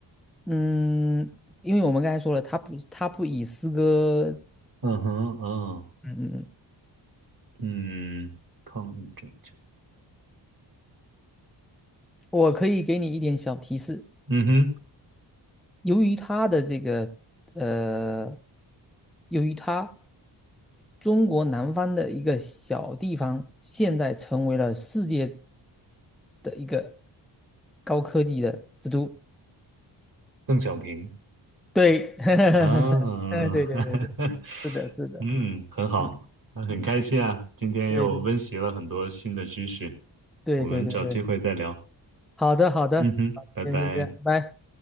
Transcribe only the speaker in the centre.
嗯，因为我们刚才说了，他不他不以诗歌，
嗯嗯，
我可以给你一点小提示，
由于他的这个，呃，由于他。中国南方的一个小地方，现在成为了世界的一个高科技的之都。
对，<laughs>
嗯，对对对对，
是的，是的，
嗯
嗯，
对对对对对对，
好的好的，
好，
今天先这样，拜。